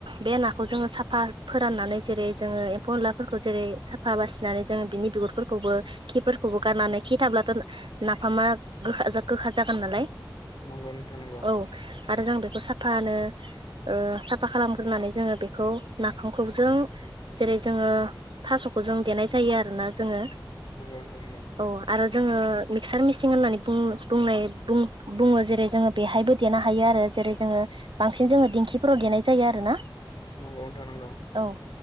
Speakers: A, on the right; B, on the left.
A: बे नाखौ जोङो साफा फोराननानै जेरै जोङो एम्फौ-एनलाफोरखौ जेरै साफा बासिनानै जोङो बिनि दु गुरफोरखौबो खिफोरखौबो गारनानै खि थाब्लाथ' नाफामा गोखा गोखा जागोन नालाय
B: नंगौ नोंथां नंगौ।
A: औ आरो जों बेखौ साफानो ओ साफा खालामग्रोनानै जोङो बेखौ नाफामखौ जों जेरै जोङो थास'खौ जों देनाय जायो आरोना जोङो
B: नंगौ नंगौ
A: औ आरो जोङो मिक्सार मिसिं होननानै बुं बुंनाय बुङो जेरै जोङो बेहायबो देनो हायो। आरो जेरै जोङो बांसिन जोङो दिंखिफोराव देनाय जायो आरोना।
B: नंगौ नोंथां नंगौ।
A: औ